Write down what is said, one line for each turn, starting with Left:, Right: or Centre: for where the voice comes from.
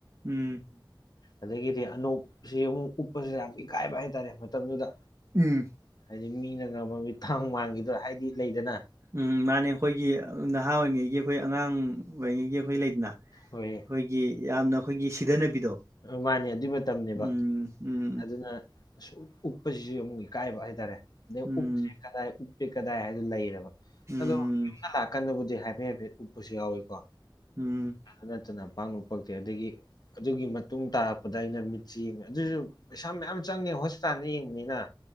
Right: ꯎꯝ
Left: ꯑꯗꯒꯤꯗꯤ ꯑꯅꯣꯛꯁꯤ ꯑꯃꯨꯛ ꯎꯞꯄꯁꯤꯗ ꯌꯥꯝ ꯏꯀꯥꯏꯕ ꯍꯥꯏꯇꯥꯔꯦ ꯃꯇꯝꯗꯨꯗ
Right: ꯎꯝ
Left: ꯍꯥꯏꯗꯤ ꯃꯤꯅꯒ ꯃꯃꯤ ꯊꯥꯡ ꯃꯥꯡꯈꯤꯗ ꯍꯥꯏꯗꯤ ꯂꯩꯗꯅ
Right: ꯎꯝ ꯃꯥꯅꯦ ꯑꯩꯈꯣꯏꯒꯤ ꯅꯍꯥ ꯑꯣꯏꯔꯤꯉꯩꯒꯤ ꯑꯩꯈꯣꯏ ꯑꯉꯥꯡ ꯑꯣꯏꯔꯤꯉꯩꯒꯤ ꯑꯩꯈꯣꯏ ꯂꯩ ꯑꯩꯈꯣꯏꯒꯤ
Left: ꯍꯣꯏ
Right: ꯌꯥꯝꯅ ꯑꯩꯈꯣꯏꯒꯤ ꯁꯤꯗꯅꯕꯤꯗꯣ
Left: ꯃꯥꯅꯦ ꯑꯗꯨꯏ ꯃꯇꯝꯅꯤꯅꯦꯕ
Right: ꯎꯝ ꯎꯝ
Left: ꯑꯗꯨꯅ ꯎꯞꯄꯁꯤꯁꯨ ꯑꯃꯨꯛ ꯏꯀꯥꯏꯕ ꯍꯥꯏꯇꯥꯔꯦ ꯑꯗꯩ
Right: ꯎꯝ
Left: ꯎꯞꯇ꯭ꯔꯦ ꯀꯗꯥꯏ ꯎꯞꯇꯦ ꯀꯗꯥꯏ ꯍꯥꯏꯗꯣ ꯂꯩꯕ
Right: ꯎꯝ
Left: ꯑꯗꯣ ꯌꯨꯝꯗ ꯀꯟꯅꯕꯨꯗꯤ ꯍꯥꯏꯐꯦꯠ ꯍꯥꯏꯐꯦꯠ ꯎꯞꯄꯁꯨ ꯌꯥꯎꯋꯏꯀꯣ
Right: ꯎꯝ
Left: ꯅꯠꯇꯅ ꯄꯥꯛꯅ ꯎꯄꯛꯇꯦ ꯑꯗꯒꯤ ꯑꯗꯨꯒꯤ ꯇꯨꯡ ꯇꯥꯔꯛꯄꯗ ꯑꯩꯅ ꯃꯤꯠꯁ ꯌꯦꯡꯉꯦ ꯑꯗꯨꯁꯨ ꯄꯩꯁꯥ ꯃꯌꯥꯝ ꯆꯪꯉꯦ ꯍꯣꯁꯄꯤꯇꯥꯜꯗ ꯌꯦꯡꯕꯅꯤꯅ